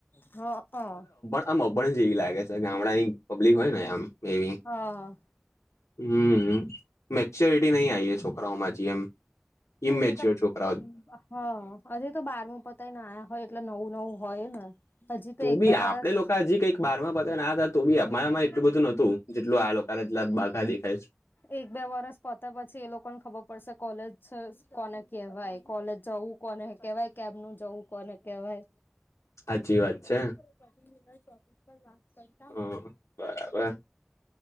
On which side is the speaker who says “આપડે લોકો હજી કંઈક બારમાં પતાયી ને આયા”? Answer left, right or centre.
Left